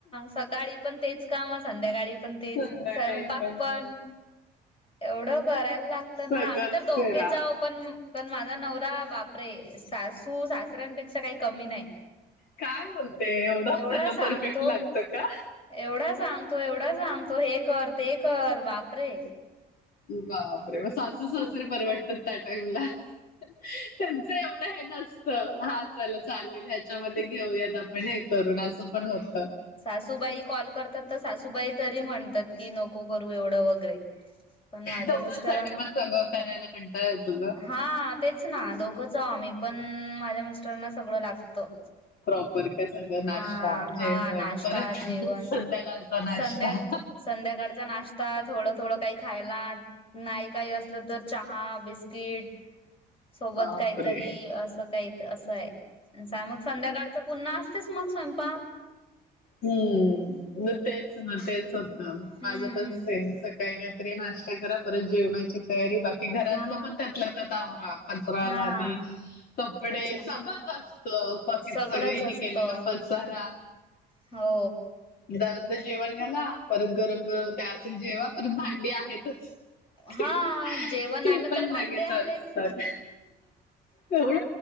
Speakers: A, on the left (about 35°); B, on the left (about 60°).
A: सकाळी पण तेच काम, संध्याकाळी पण तेच
B: संध्याकाळी
A: स्वयंपाक पण
B: काय
A: एवढं करायला लागतं
B: सगळंच
A: ना, आम्ही तर दोघेच
B: करा
A: आहो पण पण माझा नवरा बापरे सासू, सासऱ्यांपेक्षा काही कमी नाही.
B: काय बोलते, एवढं
A: एवढा
B: सगळं
A: सांगतो
B: परफेक्ट लागतं का?
A: एवढा सांगतो, एवढा सांगतो हे कर ते कर बापरे!
B: बाबरे, मग सासू, सासरे
A: खूप
B: परवडतात. <unintelligible> त्यांच एवढं हे नसत हा चल चालेल ह्याच्यामध्ये घेऊयात आपण हे करून असं पण होतं.
A: सासूबाई कॉल करतात तर सासूबाई तरी म्हणतात की नको करू एवढं वगैरे! पण माझ्या
B: दोघांसाठी
A: मिस्टरांना...
B: पण सगळं करायला कंटाळा येतो ग
A: हा तेच ना दोघ च आम्ही पण, माझ्या मिस्टरांना सगळं लागतं.
B: प्रॉपर का सगळं
A: हा
B: नाश्ता,
A: हा
B: जेवण.
A: नाश्ता
B: पण परत
A: जेवण
B: संध्याकाळचा नाश्ता
A: संध्या संध्याकाळचा नाश्ता थोडं थोडं काही खायला. नाही काही असलं तर चहा, बिस्किट. सोबत
B: बापरे
A: काहीतरी असं काही असं आहे. सां मग संध्याकाळचं पुन्हा असतेस मग स्वयंपाक.
B: हम्म तेच ना तेच होतं
A: हम्म
B: माझ पण सेम सकाळी काहीतरी नाश्ता करा परत जेवणाची तयारी बा की घरातलं
A: हा
B: पण त्यातल्या त्यात आवरा कचरा
A: हा
B: लादी कपडे
A: तेच ना
B: सगळंच असत बाकीच
A: सगळंच
B: सगळ्यांनी
A: असतं
B: केलेला पसारा
A: हो
B: त्यानंतर जेवण करा परत गरम गरम त्या असेल जेवा परत भांडी आहेतच. ते
A: हा जेवण आलं
B: पण
A: तर भांडे
B: लगेच
A: आलेच
B: असतात. तेवढ